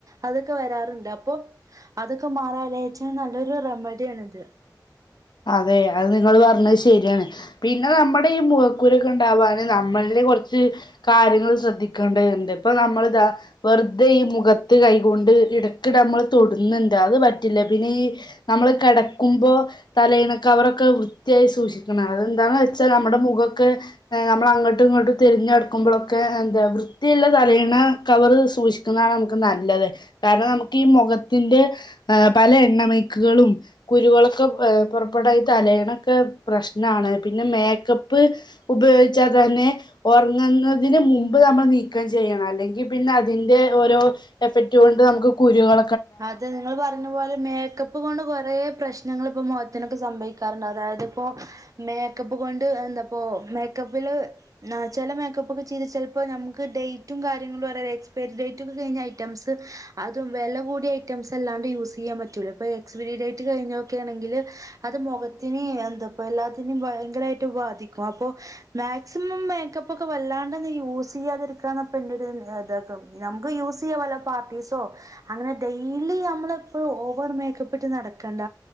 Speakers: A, on the right; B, on the left.
A: അതൊക്കെ വരാറുണ്ട് അപ്പൊ അതൊക്കെ മാറാാലച്ച നല്ലൊരു റെമഡിയ ആണ ഇത്
B: അതെ അത് നിങ്ങൾ പറഞ്ഞ ശരിയാണ് പിന്നെ നമ്മുടെ ഈ മൊഖക്കുരൊക്കെ ഉണ്ടാവാാന് നമ്മളെ കുറച്ച് കാര്യങ്ങൾ ശ്രദ്ധിക്കേണ്ടണ്ട് ഇപ്പൊ നമ്മള് ഇതാ വെറുതെ ഈ മുഖത്ത് കൈകൊണ്ട് ഇടക്ക്നമ്മൾ തൊടുന്നുണ്ട് അത് പറ്റില്ല പിന്നെ ഈ നമ്മള് കെടക്കുമ്പോ തലയിണ കവറൊക്കെ വൃത്തിയായി സൂക്ഷിക്കണം അതെന്താന്ന് വെച്ചാ നമ്മടെ മുഖക്കെ നമ്മൾ അങ്ങട്ടും ഇങ്ങട്ടും തിരഞ്ഞെടുക്കുമ്പോളക്കെ എന്താ വൃത്തിയില്ല തലയിണ കവർ സൂക്ഷിക്കുന്നതാണ് നമുക്ക് നല്ലത് കാരണം നമുക്ക് ഈ മൊഖത്തിന്റെ പല എണ്ണമേക്കുകളും കുരു ഹളൊക്കെഏ പുറപ്പെട്ടായി തലയണൊക്കെ പ്രശ്നമാണ് പിന്നെ മേക്കപ്പ് ഉപയോഗിച്ചാൽ തന്നെ ഉറങ്ങുന്നതിന് മുമ്പ് നമ്മൾ നീക്കം ചെയ്യണം അല്ലെങ്കിൽ പിന്നെ അതിന്റെ ഓരോ എഫക്റ്റ് കൊണ്ട് നമുക്ക് കുരുകളോ
A: അതെ നിങ്ങൾ പറഞ്ഞ പോലെ മേക്കപ്പ് പ്പ് കൊണ്ട് കൊറേ പ്രശ്നങ്ങൾ ഇപ്പം മുഖത്തിനൊക്കെ സംഭവിക്കാറ്ണ്ട് അതായത് ഇപ്പോ മേക്കപ്പ് കൊണ്ട് എന്താപ്പോ മേക്കപ്പില് ന്നാ ചെല മേക്കപ്പ് ഒക്കെ ചെയ്ത് ചെല്പ്പോ നമുക്ക് ഡേറ്റും കാര്യങ്ങളും പറ എക്സ്പയരി ഡേറ്റ് ഒക്കെ കഴിഞ്ഞ ഐറ്റംസ് അതും വെല കൂടി ഐറ്റംസ് അല്ലാണ്ട് യൂസ് ചയ്യാൻ പറ്റൂല ഇപ്പൊ എക്സ് പിരി ഡേറ്റ് കഴിഞ്ഞൊക്കൊണെങ്കിൽ അത് മൊഖത്തിന് എന്തപ്പ എല്ലാത്തിനും ഭയങ്കരായിട്ട് ബാധിക്കും അപ്പൊ മാക്സിമം മേക്കപ്പ് ഒക്കെ വല്ലാണ്ടങ് യൂസ് ചെയ്യാതിരിക്കാന്നപ്പ എന്റെരു ഇത നമുക്ക് യൂസ് ചെയ്യല്ല പാർട്ടീസോ. അങ്ങനെ ഡെയിലി നമ്മള് എപ്പോഴും ഓവർ മേക്കപ്പിട്ട് നടക്കണ്ട